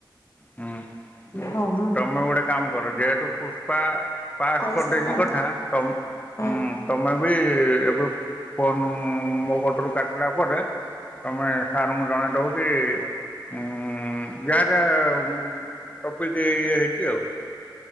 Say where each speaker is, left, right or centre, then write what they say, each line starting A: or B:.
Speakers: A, on the left; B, on the left.
A: ହୁଁ
B: ହଁ
A: ତମେ ଗୋଟେ କାମ କର ଯେହେତୁ ପୁଷ୍ପା ପାସ୍
B: କହିସାରିଲାଣି
A: କରିଦେଇଚି କଥା ତମ୍-ହୁଁ
B: ହଁ
A: ତମେ ବି ସିଏ ଏବେ ଫୋନ୍ ମୋ କତୁରୁ କାଟଲା ପରେ ତମେ ସାରଙ୍କୁ ଜଣେଇଦବ କି ଉଁ ଉଁ ଯାହା ଯାହା ଉଁ-ଟପିକି ଇଏ ହେଇଚି ଆଉ।